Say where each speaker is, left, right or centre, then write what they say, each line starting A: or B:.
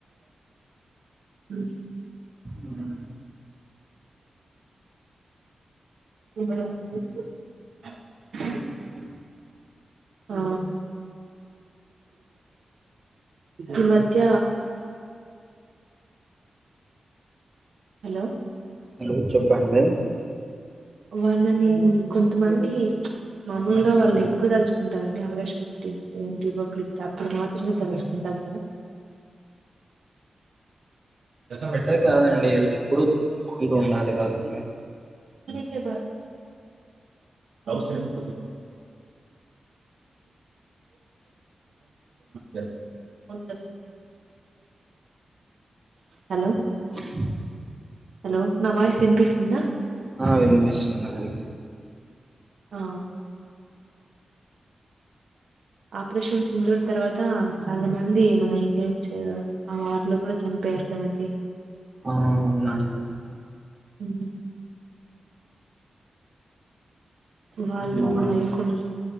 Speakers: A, on the right (about 85°); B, on the right (about 30°).
A: ఉ
B: ఉమ్.
A: అ
B: ఉ
A: ఆ ఈ మధ్య హలో
B: హలో చెప్పండి
A: వాళ్ళని కొంతమంది మామూలుగా వాళ్ళు ఎప్పుడు తలుచుకుంటారుంటడి ఆగస్ట్ ఫిఫ్టీన్త్ రిపబ్లిక్ డే అప్పుడు మాత్రమే తలుచుకుంటారు అందరం ఏస వైట్
B: అట్టే
A: పేపర్
B: కాదండి ఎల్లప్పుడూ చూసుకుంటూ ఉండాలి వాళ్ళని.
A: చాలా సేపు ఉన్న ఇబ్బంది లే ఉ హలో
B: వాటర్ సౌండ్
A: హలో నా వాయిస్ వినిపిస్తుందా
B: ఆ వినిపిస్తుందండి
A: ఆ ఆపరేషన్ సింధూరం తర్వాత చాలా మంది మన ఇండియా నుంచి ఆ వార్ లో కూడా చనిపోయారు వెళ్లిపోయారు కదండీ
B: ఆ అవునా అండి
A: ఉహు వాళ్ళు
B: మన
A: లేకుండా